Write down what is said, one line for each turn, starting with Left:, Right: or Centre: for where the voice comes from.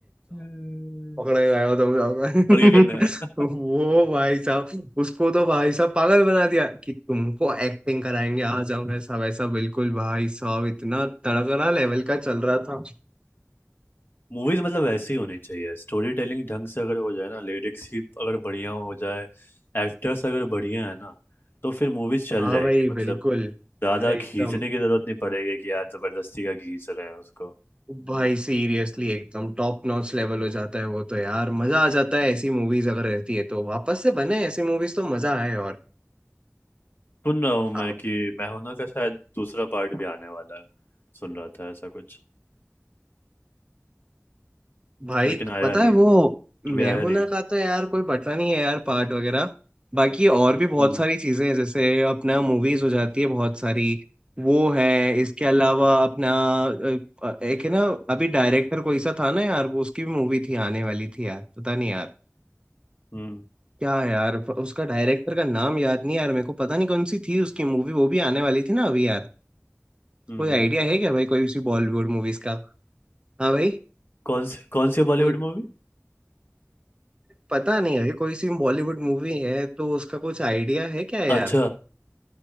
Left: हम्म।
Right: पकड़े गए हो तुम लोग <laughs>
Left: और क्या करना है
Right: तो वो भाई साहब उसको तो भाई साहब पागल बना दिया कि तुमको एक्टिंग कराएंगे आ जाओ ऐसा वैसा बिल्कुल भाई साहब इतना तड़कना लेवल का चल रहा था
Left: मूवीज मतलब वैसे ही होनी चाहिए स्टोरी टेलिंग ढंग से अगर हो जाए ना लिरिक्स ही अगर बढ़िया हो जाए एक्टर्स अगर बढ़िया है ना तो फिर मूवीज चल
Right: हाँ
Left: जाएगी
Right: भाई
Left: मतलब
Right: बिल्कुल
Left: ज़्यादा
Right: अरे एकदम
Left: खींचने की ज़रूरत नहीं पड़ेगी कि यार ज़बरदस्ती का खींच रहे हैं उसको
Right: भाई सीरियसली एकदम टॉप नॉच लेवल हो जाता है वो तो यार मजा आ जाता
Left: हम्म,
Right: है ऐसी मूवीज अगर रहती है तो वापस से बने ऐसी मूवीज तो मजा आए
Left: सुन रहा हूँ मैं
Right: और
Left: कि मैं हूं ना का शायद दूसरा पार्ट भी आने वाला है सुन रहा था ऐसा कुछ
Right: भाई
Left: लेकिन आया
Right: पता
Left: नहीं
Right: है वो मैं
Left: अभी आया
Right: हूं
Left: नहीं
Right: ना का तो यार कोई पता नहीं है यार पार्ट वगैरह बाकी और भी बहुत
Left: हम्म
Right: सारी चीजें हैं जैसे अपना मूवीज हो जाती है बहुत सारी वो है इसके अलावा अपना अ, एक है ना अभी डायरेक्टर कोई सा था ना यार वो उसकी भी मूवी थी आने वाली थी यार पता नहीं यार
Left: हम्म
Right: क्या है यार प- उसका डायरेक्टर का नाम याद नहीं यार मेरे को पता नहीं कौन सी थी उसकी मूवी वो भी आने वाली थी ना अभी यार
Left: हम्म
Right: कोई
Left: हम्म।
Right: आइडिया है क्या भाई कोई सी बॉलीवुड मूवीज का हाँ भाई
Left: कौन सी कौन सी बॉलीवुड
Right: कोई
Left: मूवी
Right: पता नहीं है कोई सी बॉलीवुड मूवी है तो उसका कुछ आइडिया है क्या यार
Left: अच्छा